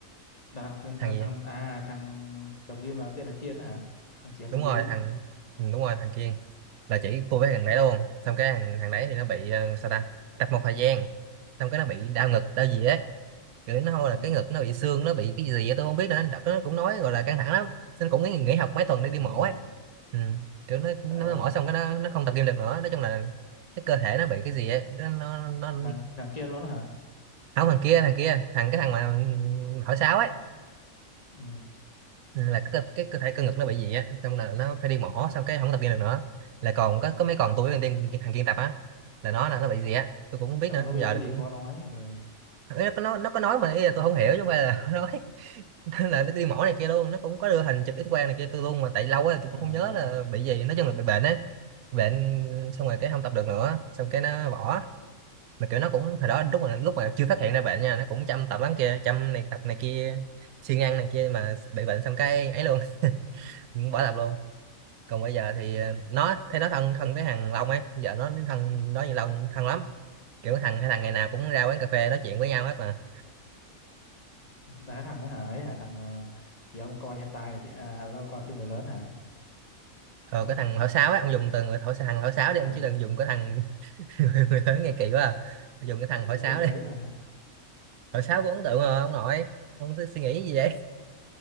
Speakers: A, on the left; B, on the right.
A: là thằng thằng
B: thằng
A: thằng
B: gì
A: thằng- à thằng tập gym là tên là Kiên đó hả thằng chị em
B: đúng
A: tập
B: rồi
A: gym ấy
B: thằng ừ, đúng rồi thằng Kiên là chỉ tôi với thằng đấy luôn xong cái thằng, thằng đấy thì nó bị ờ, sao ta tập một thời gian xong cái nó bị đau ngực đau gì ấy rồi đến hồi
A: ừ
B: là cái ngực nó bị xương nó bị cái gì vậy tôi không biết nữa đợt đó nó cũng nói gọi là căng thẳng lắm nên cũng nghỉ, nghỉ học mấy tuần
A: ồ
B: để đi mổ ấy ừ. kiểu nó nó
A: trời ơi
B: mổ xong cái nó nó không tập gym được nữa nói chung là cái cơ thể nó bị cái gì ấy nó nó, nó...
A: thằng thằng Kiên luôn đó hả
B: không thằng kia thằng kia thằng cái thằng mà hỏi sáo ấy
A: ừ
B: Ừ, là cái, cơ- cái cơ thể cơ ngực nó bị gì á xong là nó phải đi mổ xong cái không tập gym được nữa là còn có có mấy còn tôi với thằng kia thằng kia tập á là nó là nó bị gì á tôi cũng không biết
A: chắc
B: nữa
A: là nó bị
B: giờ
A: cái gì
B: cũng
A: khó nói ờ
B: ý là nó nó có nói mà ý là tôi không hiểu chứ không phải là <laughs> nó nói <laughs> là nó đi mổ này kia luôn nó cũng có đưa hình chụp X quang này kia tôi luôn mà tại lâu quá tôi cũng
A: à,
B: không nhớ
A: kìa.
B: là bị gì nói chung là bị bệnh ấy bệnh xong rồi cái không tập được nữa xong cái nó bỏ mà kiểu nó cũng hồi đó lúc mà lúc mà chưa phát hiện ra bệnh nha nó cũng chăm tập lắm kia chăm này tập này kia siêng ăn này kia mà bị bệnh xong cái ấy luôn <laughs> cũng bỏ tập luôn còn bây giờ thì ờ, nó thấy nó thân thân với thằng Long ấy giờ nó thân đó như Long thân lắm kiểu thằng hai thằng ngày nào cũng ra quán cà phê nói chuyện với nhau hết mà
A: là cái thằng đó hả ấy hả thằng ờ, chị ông coi hentai này kia à đâu coi phim người lớn hả
B: ờ
A: ừ.
B: cái thằng thổi sáo ấy ông dùng từ người thổi thằng thổi sáo
A: ờ
B: đi ông chứ đừng dùng cái thằng <laughs> người, người lớn nghe kỳ quá à. Bây giờ dùng cái thằng
A: tôi tôi
B: hỏi
A: ấn
B: sáo
A: tượng cái
B: đi
A: đấy hả
B: hỏi sáo có ấn tượng rồi, ông nội ông cứ suy nghĩ gì vậy